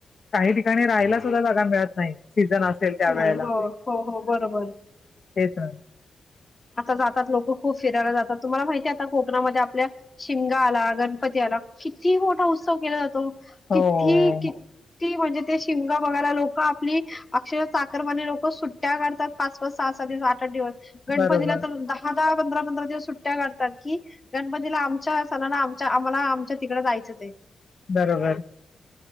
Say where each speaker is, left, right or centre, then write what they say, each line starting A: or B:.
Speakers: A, on the left; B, on the left.
A: काही ठिकाणी राहायला सुद्धा जागा मिळत नाही. सीझन असेल त्या वेळेला
B: नाही हो हो हो बरोबर.
A: तेच ना
B: आता जातात लोकं खूप फिरायला जातात तुम्हाला माहितीय आता कोकणामध्ये आपल्या शिमगा आला गणपती आला किती मोठा उत्सव केला जातो किती
A: हो
B: की ती म्हणजे ते शिमगा बघायला लोक आपली अक्षर चाकरमाणे लोक सुट्ट्या काढतात पाच पाच सहा सहा दिवस गणपतीला
A: बरोबर
B: तर दहा पंधरा पंधरा दिवस सुट्ट्या काढतात की गणपतीला आमच्या सणाना आमच्या आम्हाला आमच्या तिकडे जायचंच आहे
A: बरोबर.